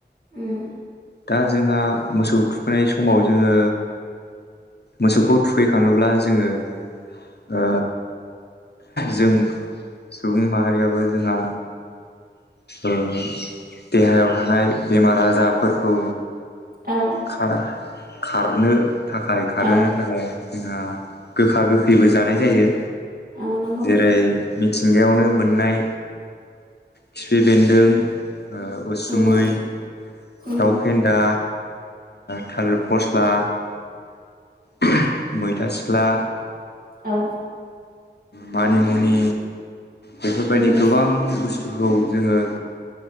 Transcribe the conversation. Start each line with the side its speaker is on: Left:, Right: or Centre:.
Right: उम
Left: दा जोंहा मोसौ थुखैनाय समाव जोङो मोसौखौ थुखै खाङोब्ला जोङो ओ जों सुबुं माहारियाबो जोंहा ओ देहायाव थानाय बेमार आजारफोरखौ
Right: औ
Left: खार खारनो थाखाय खारहोनो
Right: औ
Left: थाखाय उम गोखा गोखैबो जानाय जायो
Right: औ नंगौ
Left: जेरै मिथिंगायावनो मोननाय खिफि बेन्दों उसुमै,
Right: उम उम
Left: दाउ फेन्दा थालिर फस्ला ओहम मैथा सिख्ला
Right: औ
Left: मानिमुनि बेफोरबायदि
Right: उम
Left: गोबां बुस्थु खौ जोङो